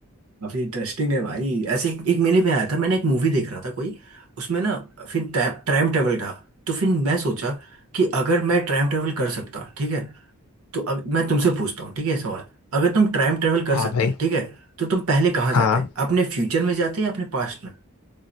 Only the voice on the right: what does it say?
काफी इंटरेस्टिंग है भाई ऐसे एक, एक मेले में आया था मैंने एक मूवी देख रहा था कोई उसमें ना फिर टाइम ट्रैवल था तो फिर मैं सोचा कि अगर मैं टाइम ट्रैवल कर सकता ठीक है तो अब मैं तुमसे पूछता हूँ ठीक है सवाल अगर तुम टाइम ट्रेवल कर
सकते
ठीक है तो तुम पहले कहाँ जाते
अपने फ्यूचर में जाते या अपने पास्ट में